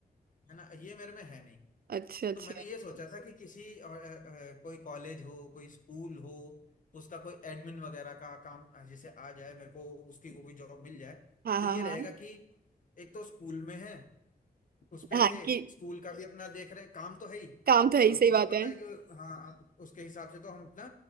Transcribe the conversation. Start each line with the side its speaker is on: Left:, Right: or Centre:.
Left: है ना ये मेरे में है नहीं
Right: अच्छा अच्छा
Left: तो मैंने ये सोचा था अच्छा कि किसी अ, अ, कोई कॉलेज हो कोई स्कूल हो उसका कोई एडमिन वगैरह का काम अ, जैसे आ जाए मेरे को उसकी कोई जॉब मिल जाए
Right: हाँ
Left: तो
Right: हाँ
Left: ये
Right: हाँ
Left: रहेगा कि एक तो स्कूल में है उस पे
Right: हाँ
Left: से
Right: कि
Left: स्कूल का भी अपना देख रहे हैं काम तो है ही
Right: काम तो है
Left: काम
Right: ही सही
Left: तो
Right: बात
Left: हमें पता
Right: है
Left: है कि हाँ उसके हिसाब से तो हम अपना